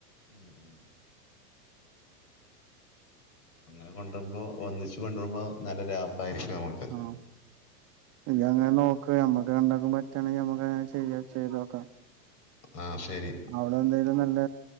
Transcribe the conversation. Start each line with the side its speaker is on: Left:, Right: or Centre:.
Left: ഉം ഉം ആഹ് അങ്ങനെ കൊണ്ടരുമ്പോ ഒന്നിച്ചു കൊണ്ടരുമ്പോ നല്ല ലാഭായിരിക്കും നമ്മക്ക്.
Right: ആഹ് ഇജങ്ങനെ നോക്ക് ഞമ്മക്ക് രണ്ടാക്കും പറ്റാണെങ്കി ഞമ്മക്കങ്ങനെ ചെയ്യ ചെയ്തോക്കാം.
Left: ആഹ് ശരി
Right: അഒടെ എന്തെലും നല്ല